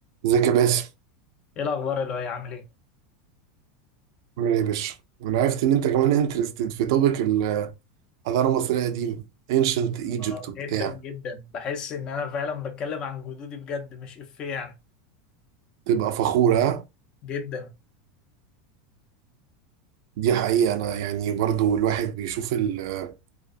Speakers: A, on the right (about 70°); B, on the left (about 35°).
A: ازيك يا باسم
B: ايه الاخبار اللي هي عامل ايه
A: عامل ايه يا باشا انا عرفت ان انت كمان انترستد في توبيك الحضاره المصريه القديمه انشنت ايجيبت
B: اه
A: وبتاع
B: جدا جدا بحس ان انا فعلا بتكلم عن جدودي بجد مش افيه يعني
A: تبقى فخور ها
B: جدا
A: دي حقيقه انا يعني برضو الواحد بيشوف ال-